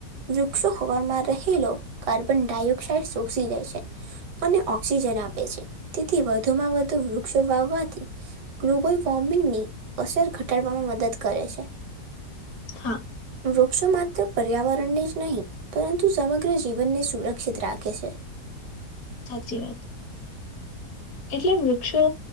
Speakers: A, on the right; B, on the left.
A: વૃક્ષો હવામાં રહેલો કાર્બન ડાયોક્સાાઈડ શોષી લે છે અને ઓક્સિજન આપે છે તેથી વધુમાં વધુ વૃક્ષો વાવવાથી ગ્લોબલ વોર્મિંગની અસર ઘટાડવામાં મદદ કરે છે
B: હા
A: વૃક્ષો માત્ર પર્યાવરણને જ નહીં પરંતુ સમગ્ર જીવનને સુરક્ષિત રાખે છે
B: સાચી વાત એટલે વૃક્ષો